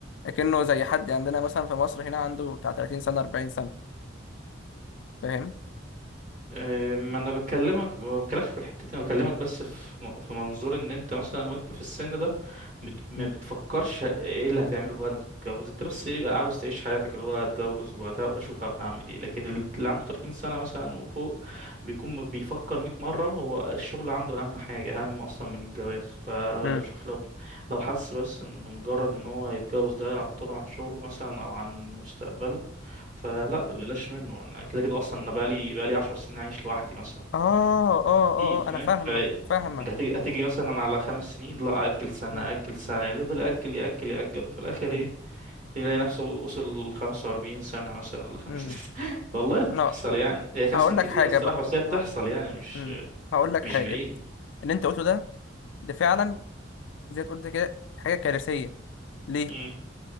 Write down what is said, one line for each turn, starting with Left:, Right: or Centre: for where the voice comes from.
Left: لكنه زي حد عندنا مثلا في مصر هنا عنده بتاع 30 سنه 40 سنه فاهم
Right: آه، ما انا بكلمك ما بكلمكش في الحتة دي انا بكلمك بس في م- في منظور ان انت مثلا وانت في السن ده بت ما
Left: مم.
Right: بتفكرش ايه اللي هتعمله بعد ما تتجوز انت بس إيه عاوز تعيش حياتك اللي هو هتجوز وبعدها ابقى اشوف هبقى اعمل ايه لكن ال- اللي عنده 30 سنة مثلا وفوق بيكون بيفكر 100 مرة هو الشغل عنده اهم حاجة اهم اصلا من الجواز فلو
Left: امم
Right: شوف لو لو حس بس ان مجرد ان هو يتجوز ده يعطله عن شغله مثلا او عن مستقبله فلا بلاش منه انا كده كده اصلا انا بقالي بقالي 10 سنين عايش لوحدي مثلا
Left: اه اه اه
Right: اكيد فاهم
Left: آه، انا فاهمه
Right: ف
Left: فاهمه
Right: انت هتيجي هتيجي مثلا على خمس سنين لا اجل سنه
Left: مم،
Right: اجل سنه اللي يفضل ياجل ياجل ياجل وفي الاخر
Left: مم،
Right: ايه يلاقي نفسه وصل 45 سنه مثلا ولا 50
Left: مم.
Right: سنه <laughs> والله بتحصل
Left: انا
Right: يعني هي 50
Left: هقول
Right: كتير
Left: لك حاجه
Right: الصراحه
Left: بقى
Right: بس هي بتحصل
Left: ه-
Right: يعني مش
Left: مم. هقول لك
Right: مش
Left: حاجه
Right: بعيده
Left: اللي انت قلته ده ده فعلا زي ما قلت كده حاجه كارثيه ليه
Right: امم